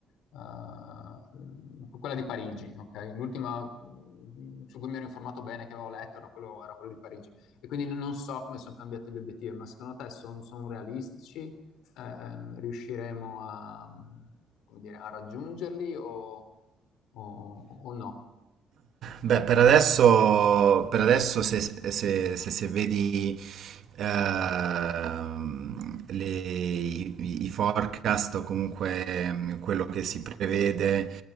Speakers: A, on the left; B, on the right.
A: eh, mh, quella di Parigi, ok? L'ultima mh, su cui mi ero informato bene, che avevo letto, era quello, era quello di Parigi. E quindi non so come sono cambiati gli obiettivi, ma secondo te sono realistici? Eh, ehm, riusciremo a, mm, come dire, a raggiungerli o, o- o no?
B: Beh, per adesso, per adesso se, se- se- se vedi ehm, le- i, i forecast o comunque mm, quello che si prevede